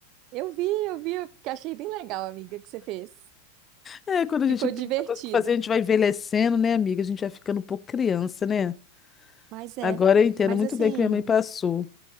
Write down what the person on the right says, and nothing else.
Eu vi, eu vi, eu que achei bem legal, amiga, que você fez.
Ficou
divertido.
Mas é,
mas
assim,